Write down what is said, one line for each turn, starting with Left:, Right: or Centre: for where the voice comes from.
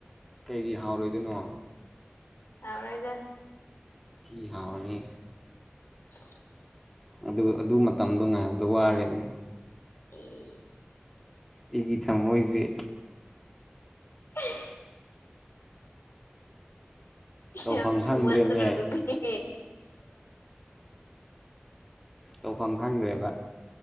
Centre: ꯀꯩꯒꯤ ꯍꯥꯎꯔꯣꯏꯗꯅꯣ
Left: ꯍꯔꯣꯏꯗ
Centre: ꯊꯤ ꯍꯥꯎꯅꯤ
Left: ꯍ
Centre: ꯑꯗꯨ ꯑꯗꯨ ꯃꯇꯝꯗꯣ ꯉꯥꯏꯕꯗ ꯋꯥꯔꯦꯅꯦ
Left: ꯑꯦ
Centre: ꯑꯩꯒꯤ ꯊꯝꯃꯣꯏꯖꯦ
Left: ꯎ
Centre: ꯇꯧꯐꯝ
Left: ꯌꯥꯝ ꯊꯨꯃꯟꯗꯔ
Centre: ꯈꯪꯗ꯭ꯔꯦꯃꯦ
Left: ꯑꯗꯨꯗꯤ
Centre: ꯇꯧꯐꯝ ꯈꯪꯗ꯭ꯔꯦꯕ